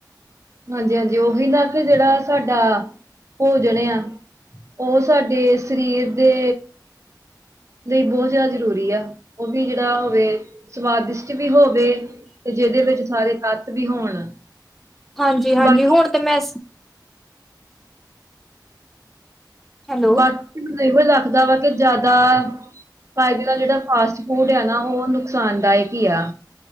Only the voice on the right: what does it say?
ਹਾਂਜੀ ਹਾਂਜੀ ਉਹੀ ਨਾ ਕਿ ਜਿਹੜਾ ਸਾਡਾ ਭੋਜਣ ਆ। ਉਹ ਸਾਡੇ ਸਰੀਰ ਦੇ ਲਈ ਬਹੁਤ ਜ਼ਿਆਦਾ ਜ਼ਰੂਰੀ ਆ, ਉਹ ਵੀ ਜਿਹੜਾ ਹੋਵੇ ਸਵਾਦਿਸ਼ਟ ਵੀ ਹੋਵੇ ਤੇ ਜਿਹਦੇ ਵਿੱਚ ਸਾਰੇ ਤੱਤ ਵੀ ਹੋਣ।
ਬਾਕੀ
ਬਾਕੀ ਮੈਨੂੰ ਇਹੋ ਲੱਗਦਾ ਵਾ ਕਿ ਜ਼ਿਆਦਾ ਫਾਇਦੇ ਨਾਲ ਜਿਹੜਾ ਫਾਸਟ ਫੂਡ ਆ ਨਾ ਉਹ ਨੁਕਸਾਨਦਾਇਕ ਹੀ ਆ।